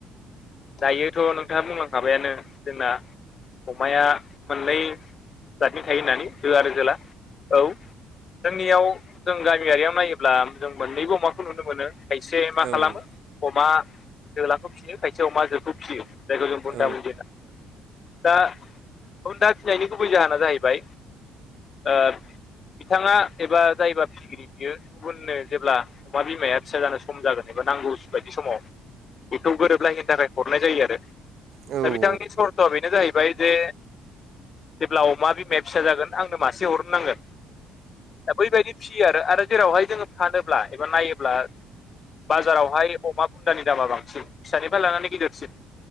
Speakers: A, on the left; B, on the right.
A: दायोथ' नोंथाङा बुंलांखाबायानो जोंना अमाया मोनलै जादनि थायो होननानै जो आरो जोला औ जोंनियाव जों गामियारियाव नायोब्ला जों मोननैबो अमाखौ नुनो मोनो। खायसे मा
B: औ
A: खालामो अमा जोलाखौ फिसियो खायसे अमाजोखौ फिसियो। जायखौ जों
B: औ
A: बुन्दा बुजि होनना <unintelligible> दा बुन्दा फिसिनायनि गुबै जाहोना जाहैबाय ओ बिथाङा एबा जायबा बियो गुबुननो जेब्ला अमा बिमाया फिसा जानो सम जागोन एबा नांगौ बायदि समाव बेखौ गोरोबलायैनो थाखाय हरनाय जायो आरो
B: औ
A: दा बिथांनि सर्थ'आ बेनो जाहैबाय जे जेब्ला अमा बिमाया फिसा जागोन आंनो मासे हरनो नांगोन दा बैबायदि फिसियो आरो जेरावहाय जोङो फानोब्ला एबा नायोब्ला बाजारावहाय अमा बुन्दानि दामा बांसिन फिसानिफ्राय लानानै गिदिरसिन